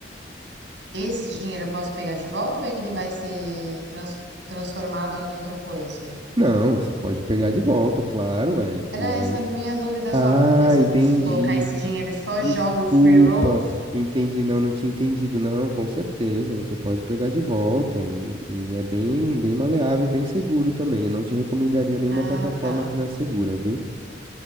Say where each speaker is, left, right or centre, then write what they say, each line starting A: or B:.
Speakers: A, on the right; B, on the right.
A: Esse dinheiro eu posso pegar de volta ou ele vai ser trans- transformado em outra coisa?
B: Não, você pode pegar de volta, claro, ué.
A: Era
B: E aí?
A: essa a minha dúvida
B: Ah,
A: só, porque se
B: entendi.
A: eu preciso colocar esse dinheiro e só
B: Desculpa,
A: jogo free rolls.
B: entendi. Não, não tinha entendido. Não, com certeza, você pode pegar de volta e, e é bem, bem maleável e bem seguro também. Eu não te recomendaria nenhuma
A: Ah,
B: plataforma
A: tá.
B: que não é segura, viu?